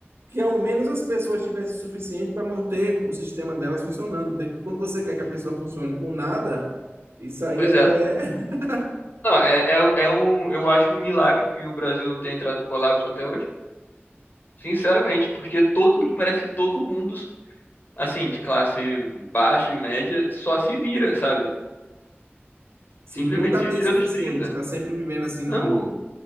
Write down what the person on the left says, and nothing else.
Pois
é.
Não, é, é, é um, eu acho um milagre que o Brasil não tenha entrado em colapso até hoje. Sinceramente, porque todo, parece que todo mundo assim, de classe baixa e média, só se vira, sabe?
Simplesmente
se
vira
dos trinta
Não,